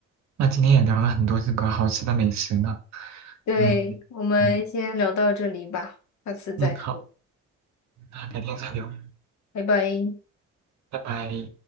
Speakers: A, on the right (about 65°); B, on the left (about 65°).
A: 那今天也聊了很多这个好吃的美食呢，
B: 对，
A: 嗯嗯
B: 我们先聊到这里吧，下次再说，
A: 嗯，好，那改天再聊，
B: 拜拜。
A: 拜拜。